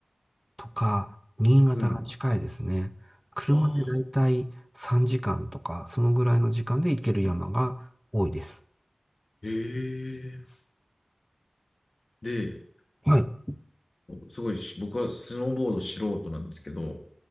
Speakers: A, in the centre; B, on the left.
A: とか新潟が近いですね。
B: うん。
A: 車でだいたい3時間とか、
B: ああ、
A: そのぐらいの時間で行ける山が多いです。
B: へえ。で、
A: はい、
B: すごいし、僕はスノーボード素人なんですけど、